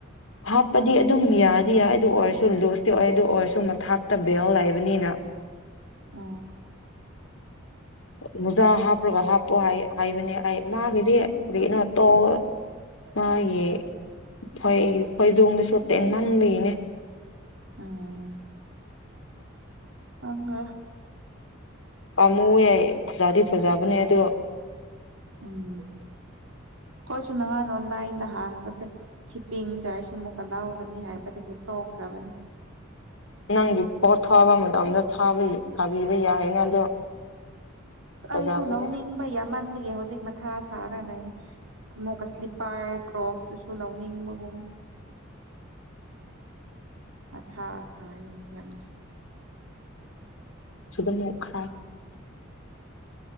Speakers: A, on the left; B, on the right.
A: ꯍꯥꯞ ꯄꯗꯤ ꯑꯗꯨꯝ ꯌꯥꯗꯤ ꯌꯥꯏ ꯑꯗꯨ ꯑꯣꯏꯔꯁꯨ ꯂꯨꯖꯇꯤ ꯑꯣꯏ ꯑꯗꯨ ꯑꯣꯏꯔꯁꯨ ꯃꯊꯥꯛꯇ ꯕꯦꯜ ꯂꯩꯕꯅꯤꯅ꯫
B: ꯑ
A: ꯃꯨꯖꯥ ꯍꯥꯞꯄ꯭ꯔꯒ ꯍꯥꯞꯄꯣ ꯍꯥꯢꯌꯦ ꯍꯥꯏꯕꯅꯦ ꯑꯩ ꯃꯥꯒꯤꯗꯤ ꯀꯔꯤꯒꯤꯅꯣ ꯇꯣ ꯃꯥꯒꯤ ꯍꯣꯏ ꯈꯣꯏꯖꯣꯝꯗꯨꯁꯨ ꯇꯦꯟꯃꯟꯕꯒꯤꯅꯦ
B: ꯎꯝ ꯑ <unintelligible>
A: ꯄꯥꯃꯨ ꯌꯥꯏ ꯐꯖꯗꯤ ꯐꯖꯕꯅꯦ ꯑꯗꯣ
B: ꯎꯝ ꯈꯣꯏꯁꯨ ꯅꯍꯥꯟ ꯑꯣꯟꯂꯥꯏꯟꯗ ꯍꯥꯡꯕꯗꯦ ꯁꯤꯄꯤꯡ ꯆꯥꯔꯁ ꯑꯃꯨꯛꯀ ꯂꯧꯒꯅꯤ ꯍꯥꯏꯕꯗꯒꯤ ꯇꯣꯛꯈ꯭ꯔꯕꯅꯤ
A: ꯅꯪꯒꯤ ꯄꯣꯠ ꯊꯥꯕ ꯃꯇꯝꯗ ꯊꯥꯕ ꯊꯥꯕꯤꯕ ꯌꯥꯏꯅ ꯑꯗꯣ ꯐꯖꯕꯅꯦ
B: ꯑꯩꯁꯨ ꯂꯧꯅꯤꯡꯕ ꯌꯥꯝꯃꯟꯕꯒꯤ ꯍꯧꯖꯤꯛ ꯃꯊꯥ ꯁꯥꯔꯅ ꯑꯃꯀ ꯁ꯭ꯂꯤꯞ ꯄꯥꯔꯛ ꯔꯣꯛꯁꯇꯨꯁꯨ ꯂꯧꯅꯤꯡꯕꯒꯨꯝ ꯃꯊꯥ ꯁꯥꯏꯌꯦ ꯌꯥꯝ
A: <unintelligible> ꯎ ꯈꯥꯏ